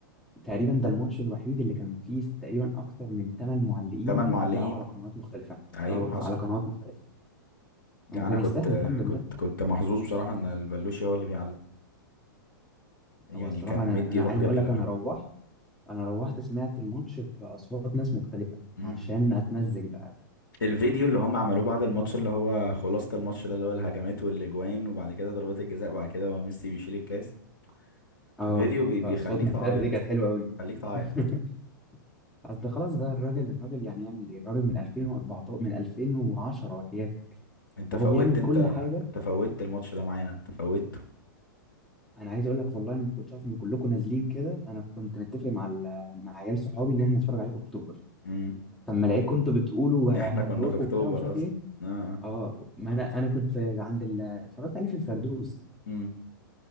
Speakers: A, in the centre; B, on the left (about 85°).
A: تقريبا ده الماتش الوحيد اللي كان فيه تقريبا اكتر من 8 معلقين
B: تمن
A: بيعلقوا
B: معلقين
A: على قنوات مختلفه
B: ايوه
A: اه
B: حصل
A: على قنوات مختلفه
B: لا
A: وكان
B: انا كنت
A: يستاهل الحمد لله
B: كنت كنت محظوظ بصراحه ان البلوشي هو اللي بيعلق يعني
A: هو الصراحة
B: كان
A: أنا
B: مدي
A: أنا
B: روح
A: عايز
B: جميله
A: أقول لك
B: قوي
A: أنا روحت أنا روحت سمعت الماتش بأصوات ناس مختلفة
B: م-م.
A: عشان أتمزج بقى
B: الفيديو اللي هم عملوه بعد الماتش اللي هو خلاصة الماتش ده اللي هو الهجمات والاجوان وبعد كده ضربات الجزاء وبعد كده هو ميسي بيشيل الكاس
A: أه
B: فيديو بي
A: بأصوات
B: بيخليك
A: مختلفة
B: تعيط
A: دي كانت حلوة أوي
B: خليك تعيط
A: <laughs> أصل خلاص بقى الراجل الراجل يعني يعمل إيه الراجل من 2014 من 2010 وحياتك
B: انت
A: وهو
B: فوتت
A: بيعمل
B: انت
A: كل حاجة
B: انت فوتت الماتش ده معانا انت فوتته
A: أنا عايز أقول لك والله أنا ما كنتش عارف إن كلكم نازلين كده أنا كنت متفق مع ال- مع عيال صحابي إن إحنا نتفرج عليه في أكتوبر
B: امم
A: فلما لقيت كنتوا بتقولوا هنروح
B: احنا كنا في اكتوبر
A: وبتاع ومش عارف
B: اصلا
A: إيه
B: اه آه.
A: أه ما أنا أنا كنت في عند ال... اتفرجت عليه في الفردوس
B: امم